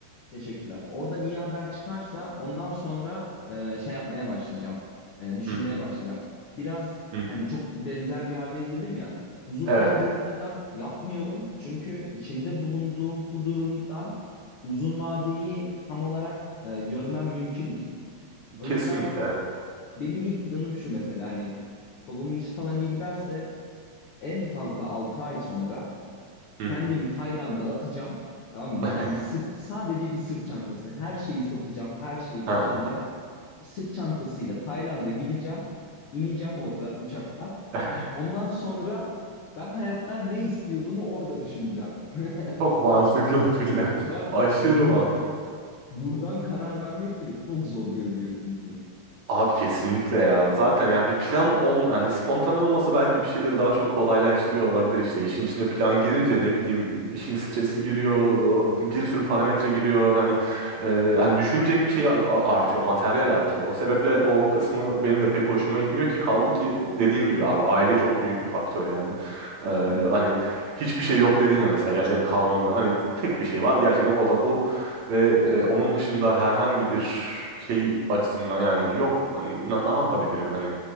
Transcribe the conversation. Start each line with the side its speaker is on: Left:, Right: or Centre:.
Left: Teşekkürler. Oradan iyi haber çıkarsa ondan sonra e, şey yapmaya başlayacağım. E, düşünmeye
Right: Hı hı,
Left: başlayacağım. Biraz
Right: hı
Left: hani
Right: hı.
Left: çok benzer bir haldeyiz dedim ya. Uzun
Right: Evet,
Left: vadeli plan yapmıyorum. Çünkü içinde bulunduğum bu durumdan uzun vadeyi tam olarak e, görmem mümkün değil. O
Right: kesinlikle
Left: yüzden
Right: evet.
Left: benim ilk planım şu mesela hani babamın işi falan iyi giderse en fazla 6 ay sonra
Right: Hı
Left: Kendimi
Right: hı.
Left: Tayland'a atacağım. Tamam mı?
Right: <laughs>
Left: Buradan bir sırt, sadece bir sırt çantası. Her şeyi satacağım, her şeyi kapatacağım.
Right: Ha.
Left: Bir sırt çantasıyla Tayland'a gideceğim. ineceğim orada uçaktan.
Right: ha.
Left: Ondan sonra ben hayattan ne istiyordumu orada düşüneceğim. <laughs>
Right: Çok mantıklı bir plan.
Left: Ben
Right: <laughs> Aşırı
Left: bur-
Right: mantıklı.
Left: buradan karar vermek bile çok zor görünüyor çünkü.
Right: Abi kesinlikle ya. Zaten yani bir plan olm yani spontane olması belki bir şeyleri daha çok kolaylaştırıyor olabilir işte. İşin içine plan girince ne bileyim işin stresi giriyor, bir sürü parametre giriyor. Yani e, yani düşünecek şey a- a- artıyor, materyal artıyor. O sebeple o kısmı benim de pek hoşuma gitmiyor ki kaldı ki dediğin gibi abi aile çok büyük bir faktör yani. E,
Left: Hı hı.
Right: hani hiçbir şey yok dedin ya mesela gerçekten kalmamı. Hani tek bir şey var gerçekten o da bu. Ve
Left: Evet.
Right: e, onun dışında herhangi bir şey açısından yani yok hani, na, ne yapabilirim hani